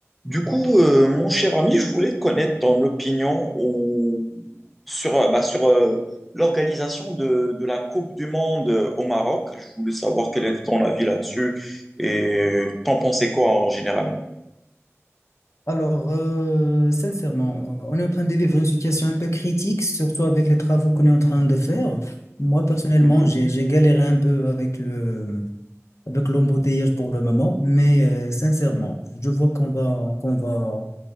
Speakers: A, in the centre; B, on the left.
A: Du coup, euh, mon cher ami, je voulais connaître ton opinion au- sur, euh, bah, sur euh, l'organisation de, de la Coupe du Monde euh, au Maroc. Je voulais savoir quel est ton avis là-dessus et t'en pensais quoi euh, généralement?
B: Alors, euh, sincèrement, on est en train de vivre une situation un peu critique, surtout avec les travaux qu'on est en train de faire. Moi, personnellement,
A: Mhm,
B: j'ai, j'ai galéré un peu avec le, avec l'embouteillage pour le moment, mais euh, sincèrement, je vois qu'on va, qu'on va,